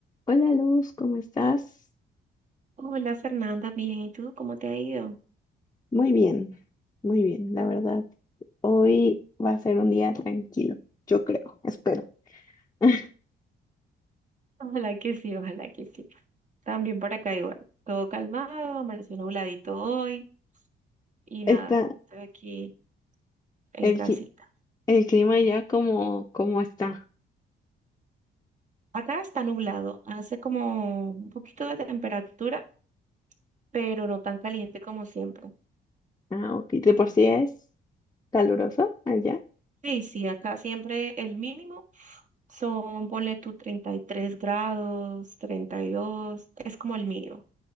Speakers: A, on the left; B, on the right.
A: Hola Luz, ¿cómo estás?
B: Hola Fernanda, bien, ¿y tú cómo te ha ido?
A: Muy bien, muy bien, la verdad. Hoy va a ser un día tranquilo, yo creo, espero. <laughs>
B: Ojalá que sí, ojalá que sí. También por acá igual. Todo calmado, amaneció nubladito hoy y nada,
A: Está
B: estoy aquí en
A: el,
B: casita.
A: cli- el clima ya como, como está.
B: Acá está nublado, hace como un poquito de temperatura, pero no tan caliente como siempre.
A: Ah, ok. De por sí es caluroso allá.
B: Sí, sí, acá siempre el mínimo son, ponle tú 33 grados, 32, es como el mínimo.